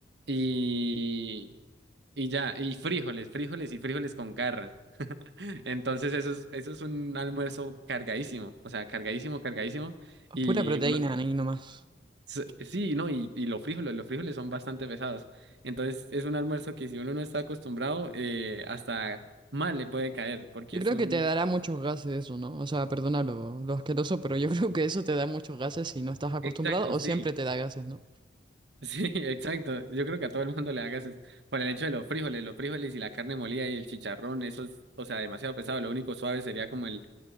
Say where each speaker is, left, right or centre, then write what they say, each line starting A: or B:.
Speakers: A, on the right (about 70°); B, on the right (about 25°).
A: Y, y ya, y frijoles, frijoles y frijoles con carra. Entonces eso es, eso es un almuerzo cargadísimo, o sea, cargadísimo, cargadísimo. Y
B: Pura proteína,
A: uno,
B: ahí nomás.
A: s- sí, no, y, y los frijoles, los frijoles son bastante pesados. Entonces es un almuerzo que si uno no está acostumbrado, eh, hasta mal le puede caer, porque
B: Yo
A: es
B: creo
A: un...
B: que te dará muchos gases eso, ¿no? O sea, perdona lo, lo asqueroso, pero yo <laughs> creo que eso te da muchos gases si no estás acostumbrado
A: Exacto,
B: o
A: sí,
B: siempre te da gases, ¿no?
A: <laughs> sí, exacto. Yo creo que a todo el mundo le hagas es por el hecho de los frijoles, los frijoles y la carne molida y el chicharrón, eso es, o sea, demasiado pesado. Lo único suave sería como el